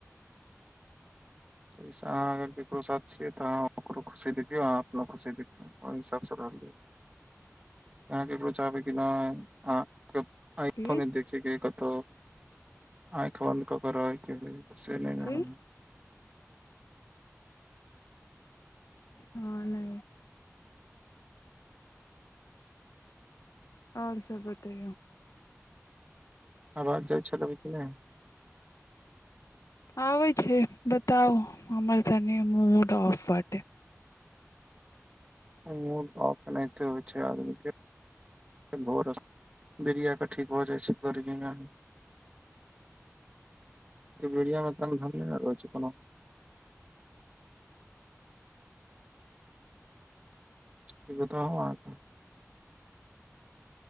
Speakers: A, on the right; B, on the left.
A: अहाँ अगर ककरो साथ छियै तऽ अहाँ ओकरो खुशी देखियौ अहाँ अपो खुशी देखियौ ओहि हिसाबसँ रहलियै अहाँ ककरो चाहबै कि नहि अह आइ
B: की
A: फन देख कि कतहु आँखि बन्द कऽ के रहय के हैय से लेना
B: की
A: ह
B: हँ नहि आओर सब बतैयौ
A: आवाज जाइत छल अभी कि नहि
B: आबैछै बताउ हमर तने मूड ऑफ वाटे
A: मूड ऑफ एनाहिते होइ छै आदमीके भर बिरिया क ठीक भऽ जाइ छै गर्मीमे बिड़ियामे कान घामी ने रहै छै ह कि बताउं अहाँ के